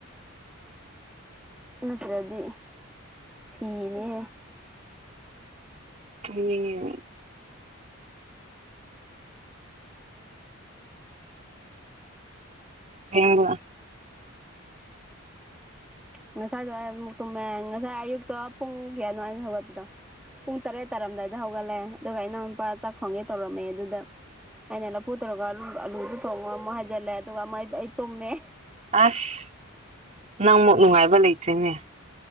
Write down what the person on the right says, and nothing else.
ꯎꯉ ꯍꯦꯡꯒ
ꯑꯁ ꯅꯪ ꯑꯃꯨꯛ ꯅꯨꯡꯉꯥꯏꯕ ꯂꯩꯇ꯭ꯔꯤꯅꯦ